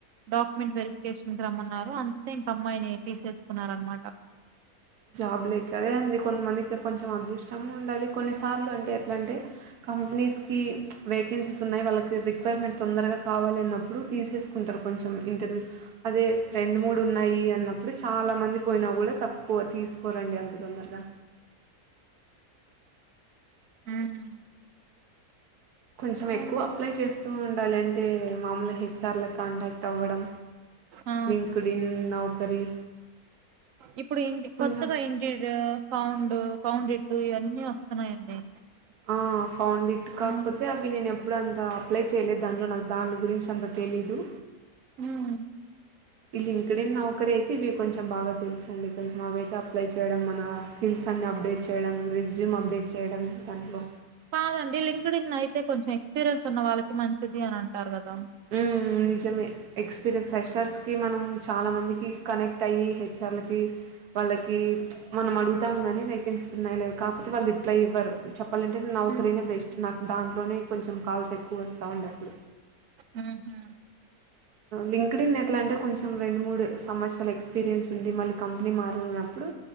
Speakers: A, on the right; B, on the right.
A: డాక్యుమెంట్ వెరిఫికేషన్ రమ్మన్నారు, అంతే ఇంక అమ్మాయిని తీసేసుకున్నరనమాట.
B: జాబ్ లేక అదే అండి కొంతమందికి కొంచెం అదృష్టము ఉండాలి. కొన్నిసార్లు అంటే ఎట్లా అంటే కంపెనీస్కి వేకెన్సీస్ ఉన్నాయి, వాళ్ళకి రిక్వైర్మెంట్ తొందరగా కావాలి అన్నప్పుడు తీసేసుకుంటారు, కొంచెం ఇంటర్వ్యూస్ అదే రెండు మూడు ఉన్నాయి అన్నప్పుడు చాలామంది పోయినా కూడా తక్. కో తీసుకోరండి అంత తొందరగా
A: హ్మ్.
B: కొంచెం ఎక్కువ
A: అండి.
B: అప్లై చేస్తూ ఉండాలి, అంటే మామూలు హెచ్ఆర్లకు కాంటాక్ట్ అవ్వడం
A: ఆ!
B: LinkedIn Naukri.
A: ఇప్పుడు ఇ
B: కొంచెం
A: కొత్తగా ఇంటీరియర్ సౌండ్ పౌండ్ ఇట్టు ఇవన్నీ వస్తున్నాయండి
B: ఆ ఫౌండ్ ఇట్ కాకపోతే
A: హ్మ్.
B: అవి నేను ఎప్పుడు అంత అప్లై చేయలేదు, దానిలో నాకు దాన్ల గురించి అంత తెలీయదు.
A: హ్మ్.
B: ఈ లింక్డిన్, నౌకరీ అయితే ఇవి కొంచెం బాగా తెలుస్ అండి, కొంచెం అవి అయితే అప్లై చేయడం, మన స్కిల్స్ అన్ని అప్డేట్ చేయడం, రిజ్యూమ్ అప్డేట్ చేయడం దాంట్లో.
A: కాదండి లింక్డిన్ అయితే కొంచెం ఎక్స్పీరియన్స్ ఉన్న వాళ్ళకి మంచిది అని అంటారు కదా.
B: హ్మ్ నిజం ఎక్స్పీరియన్స్ ఫెషర్స్కి మనం చాలా మందికి కనెక్ట్ అయ్యి హెచ్ఆర్లకి వాళ్ళకి మనం అడుగుతాం, కానీ వేకెన్సీస్ ఉన్నా లేవు కాకపోతే వాళ్ళు రిప్లై ఇవ్వారు, చెప్పాలంటే నౌకరీనే
A: ఉహు
B: బెస్ట్ నాకు దాంట్లోనే కొంచెం కాల్స్ ఎక్కువ వస్తా ఉండే అప్పుడు.
A: ఉమ్
B: లింక్డ్ ఇన్ ఎట్లా అంటే కొంచెం రెండు మూడు సంవత్సరాల ఎక్స్పీరియన్స్ ఉండి మళ్ళీ కంపెనీ మారలనప్పుడు,